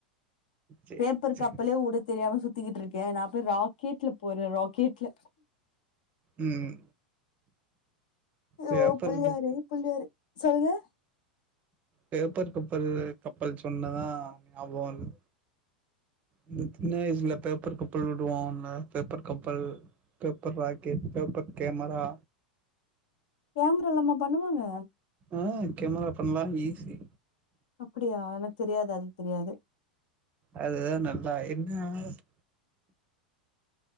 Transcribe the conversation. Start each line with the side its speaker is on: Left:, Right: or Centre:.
Right: சரி
Left: பேப்பர்
Right: சரி
Left: கப்பலே உடுத் தெரியாம சுத்திக்கிட்டு இருக்கே நான் போய் ராக்கெட்ல போறே ராக்கெட்ல
Right: ம் ம்
Left: யோ
Right: பேப்பர்
Left: புள்ளியாரே
Right: கப்
Left: புள்ளியாரே சொல்லுங்க
Right: பேப்பர் கப்பல் கப்பல் சொன்னதா ஞாபக வருது இந்த சின்ன வயசல பேப்பர் கப்பல் விடுவோல பேப்பர் கப்பல் paper rocket paper camera
Left: camera இல்லாம பண்ணுவாங்க
Right: அ கேமரா பண்லா ஈஸி
Left: அப்டியா எனக்கு தெரியாது அது தெரியாது
Right: அதுதா நல்லா என்ன ஸ்